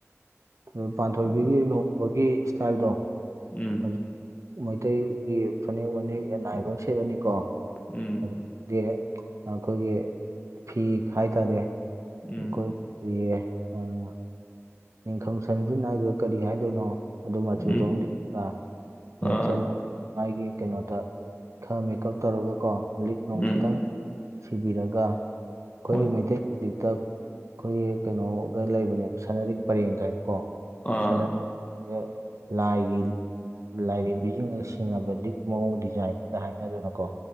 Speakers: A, on the right; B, on the left.
A: ꯎꯝ ꯄꯥꯟꯊꯣꯏꯕꯤꯒꯤ
B: ꯑꯗꯨꯅ
A: ꯂꯨꯍꯣꯡꯕꯒꯤ ꯏꯁꯇꯥꯏꯜꯗꯣ
B: ꯎꯝ
A: ꯍꯧꯖꯤꯛ ꯃꯩꯇꯩꯒꯤ ꯐꯥꯅꯦꯛ ꯃꯅꯦꯛ ꯅꯥꯏꯕ ꯑꯃꯥ ꯁꯦꯠꯂꯅꯤꯀꯣ
B: ꯎꯝ
A: ꯑꯗꯨ ꯗꯦ ꯑꯩꯈꯣꯏꯒꯤ ꯐꯤ ꯈꯥꯏꯇꯥꯔꯦ
B: ꯎꯝ
A: ꯑꯩꯈꯣꯏ ꯎꯏꯌꯦ ꯎꯝ ꯅꯤꯡꯈꯝ ꯁꯝꯖꯤꯟ ꯍꯥꯏꯕ ꯀꯔꯤ ꯍꯥꯏꯗꯣꯏꯅꯣ <unintelligible> ꯃꯆꯨ
B: ꯎꯝ
A: ꯗꯣꯝꯗꯤ ꯄꯥ
B: ꯑꯥ
A: ꯉꯛꯁꯝ ꯃꯥꯏꯒꯤ ꯀꯩꯅꯣꯗ ꯈꯔ ꯃꯦꯀꯞ ꯇꯧꯔꯒꯀꯣ ꯂꯤꯛ ꯅꯣꯡ
B: ꯎꯝ
A: ꯈꯤꯇꯪ ꯁꯤꯕꯤꯔꯒ ꯑꯩꯈꯣꯏꯒꯤ
B: ꯍꯣꯏ
A: ꯃꯩꯇꯩ ꯂꯤꯛꯇ ꯑꯩꯈꯣꯏꯒꯤ ꯀꯩꯅꯣꯒ ꯂꯩꯕꯅꯦꯕ ꯁꯅꯔꯤꯛ ꯄꯔꯦꯡꯒꯥꯏꯅ ꯀꯣ
B: ꯑꯥ
A: ꯁꯅꯔꯤꯛ ꯁꯦ ꯂꯥꯏꯒꯤ ꯂꯥꯏꯔꯦꯝꯕꯤꯁꯤꯡꯅꯒ ꯁꯤꯅꯕ ꯂꯤꯛ ꯃꯑꯣꯡ ꯗꯤꯖꯥꯏꯟꯅꯤꯒ ꯍꯥꯏꯅꯗꯅꯀꯣ